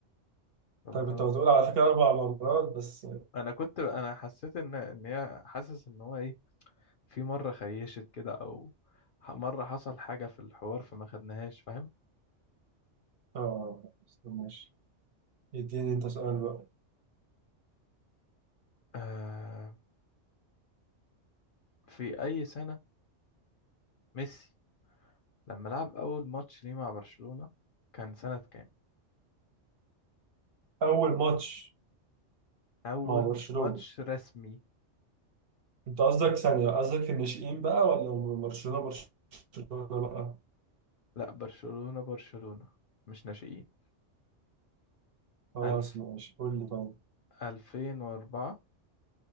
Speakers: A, on the left (about 60°); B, on the right (about 60°).
A: الله
B: طيب كنت هتقول على فكرة أربع مرات بس
A: أنا كنت أنا حسيت إن إن هي حاسس إن هو إيه في مرة خيشت كده أو ح- مرة حصل حاجة في الحوار فما خدناهاش فاهم
B: آه بس ماشي اديني انت سؤال بقى
A: آه في أي سنة ميسي لما لعب أول ماتش ليه مع برشلونة كان سنة كام؟
B: اول ماتش
A: أول
B: مع برشلونة
A: ماتش رسمي
B: انت قصدك ثانية قصدك في الناشئين بقى ولا برشلونة برشلونة بقى
A: لا برشلونة برشلونة مش ناشئين
B: خلاص
A: ألف
B: ماشي قول لي طيب
A: ألفين وأربعة